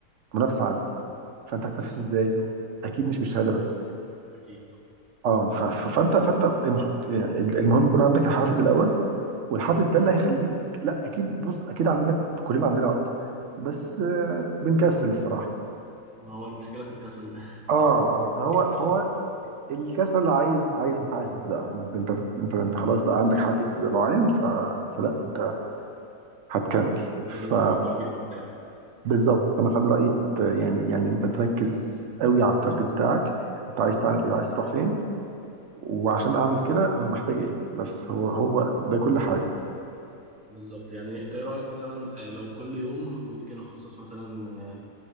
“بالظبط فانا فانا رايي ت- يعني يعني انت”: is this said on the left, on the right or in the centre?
Right